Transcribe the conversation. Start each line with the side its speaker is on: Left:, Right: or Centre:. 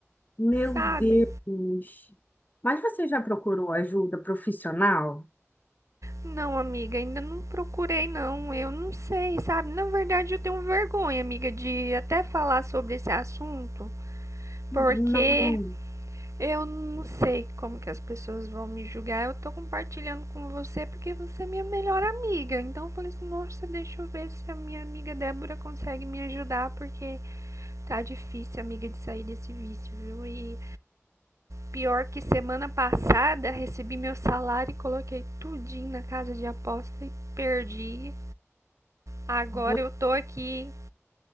Left: Meu
Right: sabe?
Left: Deus. Mas você já procurou ajuda profissional?
Right: Não, amiga, ainda não procurei, não. Eu não sei, sabe? Na verdade, eu tenho vergonha, amiga, de até falar sobre esse assunto,
Left: Não.
Right: porque Eu não sei como que as pessoas vão me julgar. Eu tô compartilhando com você porque você é minha melhor amiga. Então eu falei assim, nossa, deixa eu ver se a minha amiga Débora consegue me ajudar, porque tá difícil, amiga, de sair desse vício, viu? E pior que semana passada recebi meu salário e coloquei tudinho na casa de aposta e perdi. Agora
Left: Vo-
Right: eu tô aqui